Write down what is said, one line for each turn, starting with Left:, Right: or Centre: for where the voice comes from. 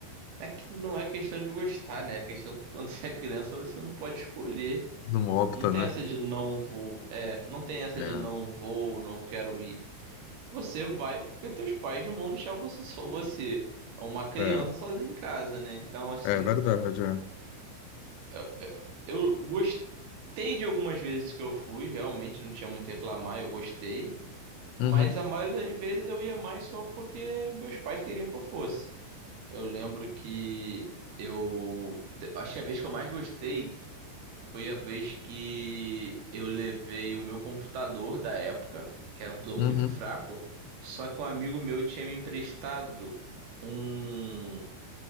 Right: É que não é questão de gostar, né? É questão que quando <laughs> você é criança você não pode escolher.
Left: Não opta,
Right: Não tem
Left: né?
Right: essa de não vou. É, não tem essa
Left: É,
Right: de não vou, não quero ir. Você vai porque teus pais não vão deixar você só você, é uma criança
Left: é,
Right: sozinha em casa, né? Então, assim,
Left: é verdade. É.
Right: eu, eu, eu gostei de algumas vezes que eu fui, realmente não tinha muito a reclamar, eu gostei. Mas
Left: Uhum,
Right: a maioria das vezes eu ia mais só porque meus pais queriam que eu fosse. Eu lembro que eu. te- Acho que a vez que eu mais gostei foi a vez que eu levei o meu computador da época, que era um plano
Left: uhum.
Right: muito fraco, só que um amigo meu tinha me emprestado um,